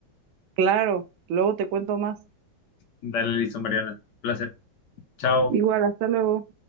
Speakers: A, on the right; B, on the left.
A: Claro, luego te cuento más.
B: Dale, listo, Mariana. Un placer. Chao.
A: Igual, hasta luego.